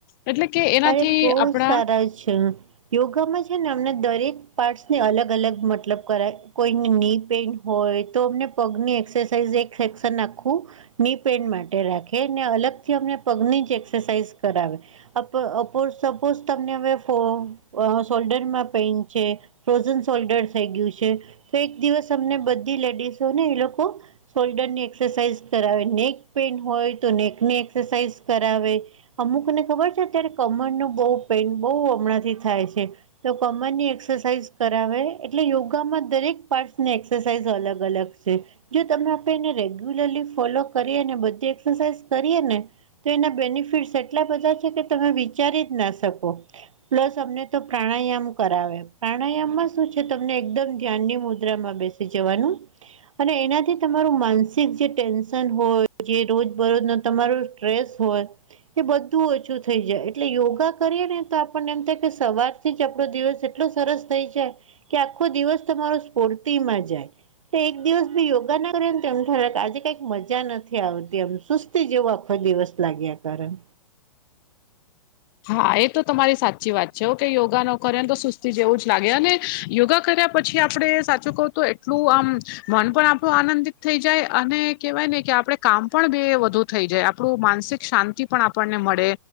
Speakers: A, on the left; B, on the right.
A: એટલે કે એનાથી
B: અરે બઉં
A: આપણા
B: સારા છે યોગામાં છે ને અમને દરેક પાર્ટસ ને અલગ અલગ મતલબ કરાય કોઈને ની <unintelligible> પેન્ટ હોય તો અમને પગની એક્સરસાઇઝ એક સેક્શન આખું ની પેન માટે રાખે ને અલગ થી અમને પગની જ એક્સરસાઇઝ કરાવે <unintelligible> સપોઝ તમને હવે ફો અ શોલ્ડરમાં પેઇન છે ફ્રોઝન સોલ્ડર થઈ ગ્યું છે તો એક દિવસ અમને બધી લેડીસો ને એ લોકો સોલ્ડરની એક્સરસાઇઝ કરાવે નેક પેન્ટ હોય તો નેકની એક્સરસાઇઝ કરાવે અમુકને ખબર છે અત્યારે કમર નું બઉ પેન બઉ હમણાંથી થાય છે તો કમર ની એક્સરસાઇઝ કરાવે એટલે યોગામાં દરેક પાર્ટ ને એક્સ સરસાઇઝ અલગ અલગ છે. જો તમે આપે એને રેગ્યુલરલી ફોલો કરીએને બધી એક્સરસાઇઝ કરીએ ને તો એના બેનિફિટસ એટલા બધા છે કે તમે વિચારી જ ના શકો પ્લસ અમને તો પ્રાણાયામ કરાવે પ્રાણાયામમાં શું છે તમને એકદમ ધ્યાનની મુદ્રામાં બેસ ઈ જવાનું અને એનાથી તમારું માનસિક જે ટેન્શન હોય જે રોજ બરોજ નું તમારુ ટ્રેસ હોય એ બધું ઓછું થઈ જાય એટલે યોગા કરીએ ને તો આપણને એમ થાય કે સવારથી જ આપણો દિવસ એટલો સરસ થઈ જાય કે આખો દિવસ તમારો સ્ફૂર્તિ માં જાય તો એક દિવસ બી યોગા ના કરીએ ને તો એ આજે કઈક મજા નથી આવતી એમ શુંસ્ તે જેવો આખો દિવસ લાગ્યા કારણ
A: હા એ તો તમારી સાચી વાત છે ઓ કે યોગા ન કરેન તો સુસ્તી જેવું જ લાગે અને યોગા કર્યા પછી આપડે સાચું કહું તો એટલું આમ મન પણ આપણું આનંદિત થઈ જાય અને કેવાય ને કે આપડે કામ પણ બે વધુ થઈ જાય આપડુ માનસિક શાંતિ પણ આપણને મડે